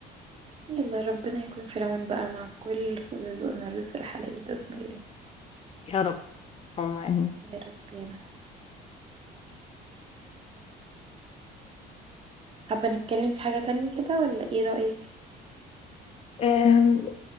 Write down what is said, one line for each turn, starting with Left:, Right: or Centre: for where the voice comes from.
Right: يلا ربنا يكون في العون بقى مع الكل ويرزقنا الرزق الحلال بإذن الله
Left: <laughs> يا رب هم يعني
Right: يا رب يا رب حابة نتكلم في حاجة تانية كده ولا ايه رأيك؟
Left: أم،